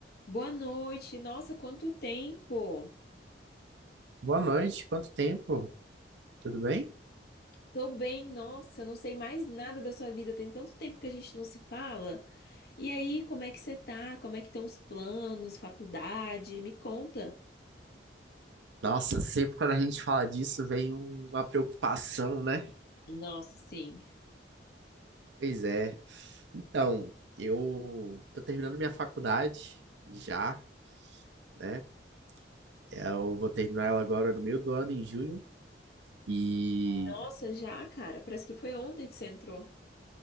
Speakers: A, on the left; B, on the right.
A: Boa noite. Nossa, quanto tempo!
B: Boa noite, quanto tempo? Tudo bem?
A: Tô bem, nossa, não sei mais nada da sua vida. Tem tanto tempo que a gente não se fala. E aí, como é que você tá? Como é que estão os planos, faculdade? Me conta.
B: Nossa, sempre quando a gente fala disso vem um- uma preocupação, né?
A: Nossa, sim.
B: Pois é. Então, eu tô terminando minha faculdade já, né? Eu vou terminar ela agora no meio do ano, em junho. E,
A: Nossa, já, cara, parece que foi ontem que você entrou.